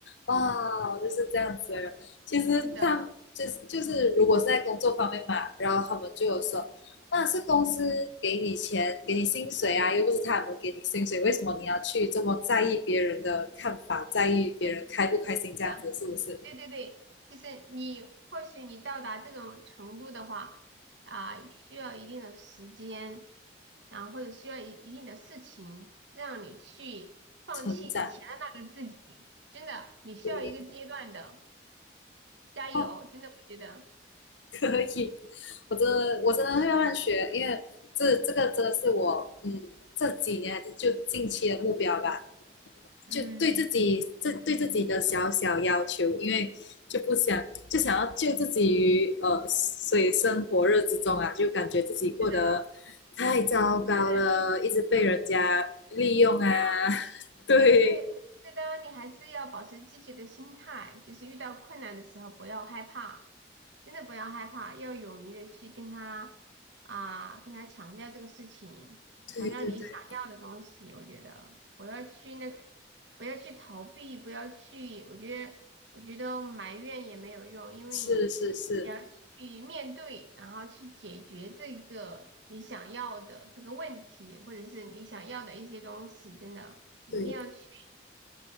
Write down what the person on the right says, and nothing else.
是的，
对，是的。
对对对，就是你或许你到达这种程度的话，啊、需要一定的时间，然后或者需要一一定的事情，让你去放弃以前的那个自己。
真的，你需要一个阶段的，
加油！
真的，我觉得，
嗯，
是的，
反正。
这样。
对对对，我觉得你还是要保持积极的心态，就是遇到困难的时候不要害怕，真的不要害怕，要勇于的去跟他啊，跟他强调这个事情，
强调你想要的东西。我觉得不要去那个，不要去逃避，不要去，我觉得我觉得埋怨也没有用，因为
你要去面对，然后去解决这个你想要的这个问题，或者是你想要的一些东西，真的。一定要去。